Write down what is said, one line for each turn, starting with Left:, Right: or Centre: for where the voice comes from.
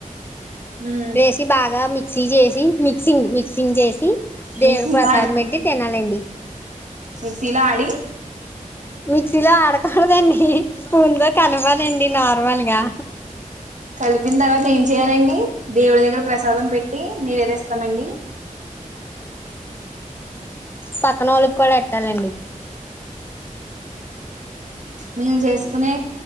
Right: ఉమ్
Left: వేసి బాగా మిక్సీ చేసి మిక్సింగ్ మిక్సింగ్ చేసి దేవుడు
Right: మిక్సీలో
Left: ప్రసాదం పెట్టి తినాలండి
Right: మిక్సీలా ఆడి
Left: మిక్సీలో ఆడకూడదండి స్పూన్ తో కలపాలండి నార్మల్గా
Right: కలిపిన తర్వాత ఏం చెయాలండి దేవుడి దగ్గర ప్రసాదం పెట్టి నివేదిస్తమండి
Left: పక్కనోళ్ళకి కూడా ఎట్టాలండి
Right: మేము చేసుకునే